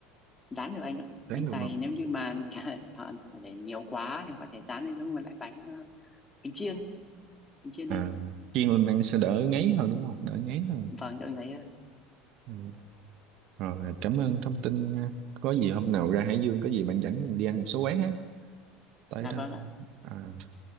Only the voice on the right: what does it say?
ráng
được
luôn
à,
chiên lên ăn sẽ đỡ ngấy hơn đúng không đỡ ngấy hơn
Ừ. rồi cảm ơn thông tin nha. có gì hôm nào ra Hải Dương có gì bạn dẫn mình đi ăn một số quán ha tại
đó
à,